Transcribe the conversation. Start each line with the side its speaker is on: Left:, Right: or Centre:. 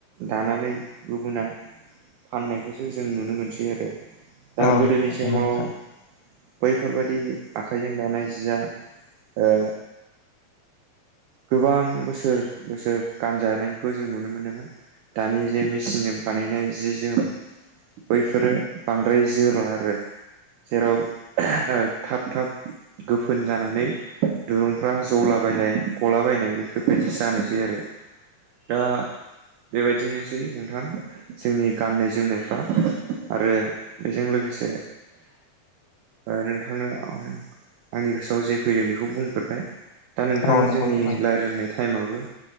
Right: दानानै गुबुना फाननायखौसो जों नुनो मोनसै आरो दा
Left: औ नंगौ
Right: गोदोनि समाव
Left: नोंथां
Right: बैफोरबायदि आखाइजों दानाय जिया ओ गोबां बोसोर बोसोर गानजानायखौ जों नुनो मोनोमोन। दानि जे मेसिनजों बानायनाय जि जोम बैफोरो बांद्राय जोरला आरो जेराव ओ थाब थाब गोफोन जानानै दिरुंफ्रा जला बायनाय गला बायनाय बेफोरबायदि जानोसै आरो। दा बेबायदिनोसै नोंथां जोंनि गाननाय जोमनायफ्रा आरो बेजों लोगोसे ओ नोंथांनो आं आंनि गोसोआव जे फैदों बेखौ बुंफोरबाय। दा नोंथां
Left: औ नंगौ
Right: जोंनि
Left: नोंथां
Right: रायज्लायजायनाय टाइमबो